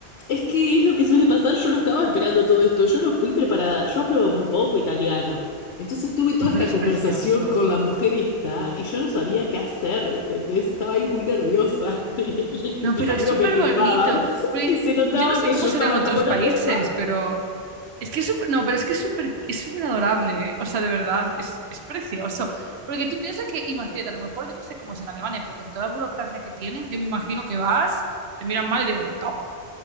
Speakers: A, on the left; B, on the right.
A: es que es lo que suele pasar, yo no estaba esperando todo esto, yo no fui preparada, yo hablo muy poco italiano. Entonces tuve toda
B: Oh, Pero
A: esta
B: es
A: conversación
B: precioso.
A: con la mujer esta y yo no sabía qué hacer, ¿entendés? Estaba ahí muy nerviosa <laughs> y, y este,
B: No,
A: mis
B: pero
A: amigos
B: es súper
A: me filmaban
B: bonito. Porque
A: y se notaba
B: yo no sé
A: que
B: cómo
A: yo
B: serán
A: estaba
B: otros
A: como nerviosa.
B: países, pero es que es súper, no, pero es que es súper, es súper adorable, ¿eh? O sea, de verdad,
A: Ajá.
B: es, es precioso. Porque tú piensas que, imagínate, a lo mejor yo no sé cómo es en Alemania, pero con toda la burocracia que tienen, yo me imagino que vas, te miran mal y te dicen, toma.